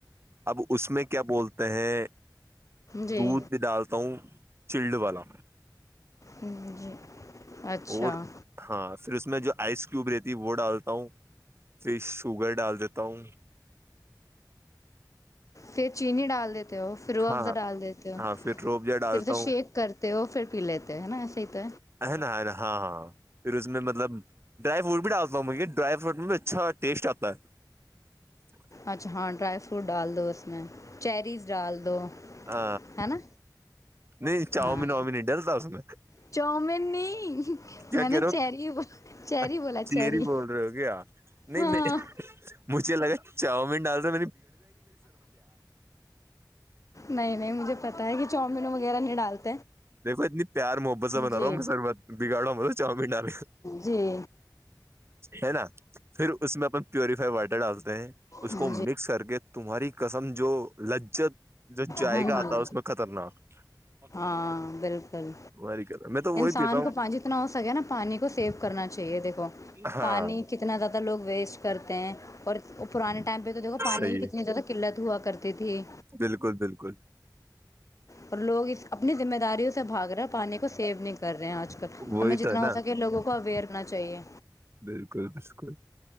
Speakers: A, on the right (about 35°); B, on the left (about 45°).
A: اب اس میں کیا بولتے ہیں
B: جی
A: دودھ بھی ڈالتا ہوں چلڈ والا
B: جی اچھا
A: اور ہاں پھر اس میں جو آئس کیوب رہتی ہے وہ ڈال تا ہوں پھر شوگر ڈال دیتا ہوں
B: پھر چینی ڈال دیتے ہو پھر وہ افزا
A: ہاں ہاں
B: ڈال دیتے ہو
A: ہاں پھر روب جا ڈالتا
B: پھر تو
A: ہوں
B: شیک کرتے ہو پھر پی لیتے ہے نا ایسے ہی تو
A: ہے نا ہے نا ہاں ہاں پھر اس میں مطلب ڈرائی فروٹ بھی ڈالتا ہوں مے ڈرائی فروٹ میں بھی اچھا ٹیسٹ آتا ہے
B: اچھا ہاں ڈرائی فروٹ ڈال دو اس میں چیریز ڈال دو
A: ہ
B: ہے نا
A: نہیں چاؤمین
B: ہاں
A: واؤمیین ہی ڈلتا ہو س میں
B: چاؤمین نہیں
A: کیا
B: میں نے
A: کہ رہا
B: چیری
A: ہو
B: چیری بولا
A: چری
B: چیری
A: بول رہے ہو کیا نہیں
B: ہاں
A: میں مجھے لگا چاؤ میں ڈالا
B: نہیں نہیں مجھے پتا ہے کہ چامین وغیرہ نہیں ڈالتے
A: دیکو اتنی پیار محبت سےا بنا
B: جی
A: رہا ہوں بگاڑ رہا ہوں مطل چاؤمین ڈال
B: جی
A: ہے نا پھر اس میں اپ پیوریفائی واٹر ڈال <unintelligible> اس
B: ہاں
A: کو مکس
B: جی
A: کر کے تمہاری قسم جو لجت جو جائےقا
B: ہاں
A: آتا ہے اس میں خطرناک
B: ہاں بالکل
A: تمہاری قسم میں تو وہی
B: انسان
A: پیتا ہوں
B: کو پانی جتنا ہو سکے نا پانی کو سیو کرنا چاہیے دیکھو
A: ہاں
B: پانی کتنا زیادہ لوگ ویسٹ کرتے ہیں اور پرانے ٹائمہ دیکو پانی
A: صحیح
B: کی کتنی زدہ قلت ہے ہوا کرتے تھے
A: بالکل بالکل
B: اور لوگ اس اپنی ذمہ داریوں سے بھاگ رہے پانی کو سیو نہیں کر رہے ہیں آج کل
A: وہی
B: ہمیں جتنا
A: تو ہے
B: ہو
A: نا
B: سکے لوگوں کو اویئر کرنا چاہیے
A: بالکل بالکل